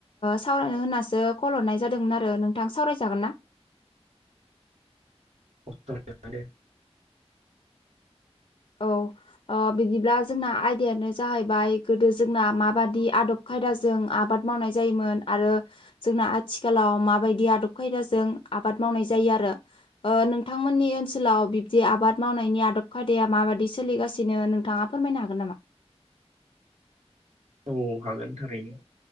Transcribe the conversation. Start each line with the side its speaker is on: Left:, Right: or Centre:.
Left: सावरायनो होननासो कल हरनाय जादोंमोन आरो नोंथां सावरायजागोन ना?
Right: औ सावराय जागोन दे
Left: औ बिदिब्ला जोंना आयदायानो जाहैबाय गोदो जोंना माबादि आदब खायदाजों आबाद मावनाय जायोमोन आरो जोंना आथिखालाव माबायदि आदब खायदाजों आबाद मावनाय जायो आरो ओ नोंथांमोननि ओनसोलाव बिब्दि आबाद मावनायनि आदब खाय दाया माबायदि सोलिगासिनो नोंथाङा फोरमायनो हागोन नामा?
Right: औ हागोन थारैनो